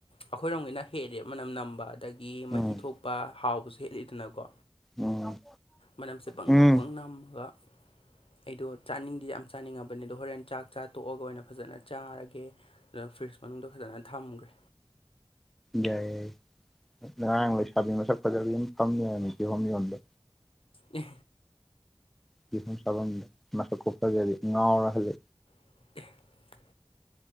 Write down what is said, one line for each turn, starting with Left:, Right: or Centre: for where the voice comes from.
Left: ꯑꯩꯈꯣꯏꯔꯣꯝꯒꯤꯅ ꯍꯦꯂꯦ ꯃꯅꯝ ꯅꯝꯕ ꯑꯗꯒꯤ ꯃꯍꯤ
Centre: ꯎꯝ
Left: ꯊꯣꯛꯄ ꯍꯥꯎꯕꯁꯨ ꯍꯦꯂꯤꯗꯅꯀꯣ
Centre: ꯎꯝ
Left: ꯃꯅꯝꯁꯦ ꯄꯪ
Centre: ꯎꯝ
Left: ꯄꯪꯕꯪ ꯅꯝꯃꯒ ꯑꯩꯗꯣ ꯆꯥꯅꯤꯡꯗꯤ ꯌꯥꯝ ꯆꯥꯅꯤꯡꯉꯕꯅꯤ ꯑꯗꯣ ꯍꯣꯔꯦꯟ ꯆꯥꯛ ꯆꯥ ꯇꯣꯛꯑꯒ ꯑꯣꯏꯅ ꯐꯖꯅ ꯆꯥꯔꯒꯦ ꯑꯗꯨ ꯐ꯭ꯔꯤꯖ ꯃꯅꯨꯡꯗ ꯐꯖꯅ ꯊꯝꯒ꯭ꯔꯦ
Centre: ꯌꯥꯏ ꯌꯥꯏ ꯉꯔꯥꯡ ꯂꯩꯁꯥꯕꯤ ꯃꯁꯛ ꯐꯖꯕꯤ ꯑꯃ ꯐꯝ ꯂꯩꯔꯝꯃꯦ ꯀꯤꯍꯣꯝ ꯌꯣꯟꯕ
Left: ꯑꯦ
Centre: ꯀꯤꯍꯝ ꯆꯥꯐꯝꯗ ꯃꯁꯛ ꯈꯨꯐꯖꯗꯤ ꯉꯥꯎꯔ ꯍꯜꯂꯦ
Left: <inaudible>